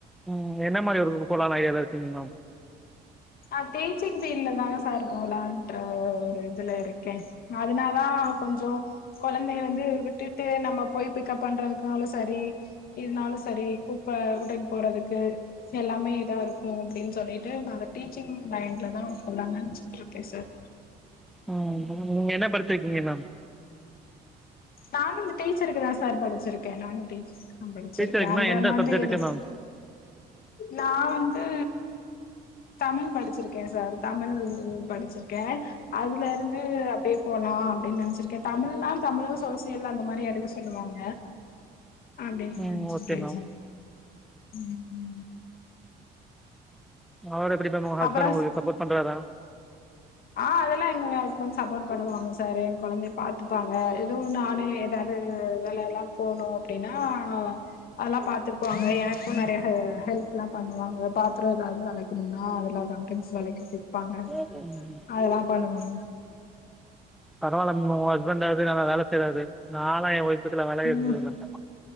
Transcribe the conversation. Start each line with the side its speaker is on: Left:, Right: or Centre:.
Centre: ம் என்ன மாரி ஒர்க்கு போலானு ஐடியால இருக்கீங்க மேம்
Left: ஆ டீச்சிங் ஃபீல்ட்ல தா சார் போலான்ற ஒரு இதுல இருக்கே அதுனாதா கொஞ்சோ கொழந்தைைய வந்து விட்டுட்டு நம்ம போய் பிக்கப் பண்றதுக்குனாலு சரி இதுனாலு சரி கூப்ப விட்டுட்டு போறதுக்கு எல்லாமே இதா இருக்கு அப்டின்னு சொல்லிட்டு நாங்க டீச்சிங் லைன்ல தா போலான்னு நெனச்சிட்டு இருக்கே சார்
Centre: ம் ம் நீங்க என்ன படிச்சிருக்கீங்க மேம்
Left: நானு இந்த டீச்சருக்கு தா சார் படிச்சிருக்கே நானு டீச் நா படிச்சிருக்கே
Centre: டீச்சருக்குன்னா
Left: அந்த
Centre: எந்த
Left: மாதிரி
Centre: சப்ஜெக்ட்டுக்கு
Left: இது
Centre: மேம்
Left: நா வந்து தமிழ் படிச்சிருக்கே சார் தமிழ் படிச்சிருக்கே அதுல இருந்து அப்டியே போலா அப்டின்ன நெனைச்சிருக்கே தமிழ்னா தமிழ் சோசியல் அந்த மாரி எடுக்க சொல்லுவாங்க அப்டின்னு
Centre: ம்
Left: நெனச்சிருக்கே
Centre: ஓகே மேம்
Left: சார் ம் ம்
Centre: அவுரு எப்டி மேம் உங்க ஹஸ்பண்ட்
Left: அப்பறோ
Centre: உங்களுக்கு சப்போர்ட் பன்றாரா
Left: ஆ அதெல்லா எங்க ஹஸ்பண்ட் சப்போர்ட் பண்ணுவாங்க சார் எ கொழந்தைய பாத்துப்பாங்க எதுவு நானே ஏதாது வேலைல போனு அப்டின்னா அதெல்லா பாத்துப்பாங்க எனக்கு நெறைய ஹெ ஹெல்ப்லா பண்ணுவாங்க பாத்திரோ ஏதாது வெளக்கணுனா அதெலா ப திங்க்ஸ் வெளக்கி குப்பாங்க
Centre: ம்
Left: அதெல்லா பண்ணுவாங்க
Centre: பரவால ம் உ ஹஸ்பண்டாவது நம்ம வேலை செய்றாரு நாலா எல்லா எ வைஃப்க்கு வேலையே
Left: ம்
Centre: செஞ்சதில்ல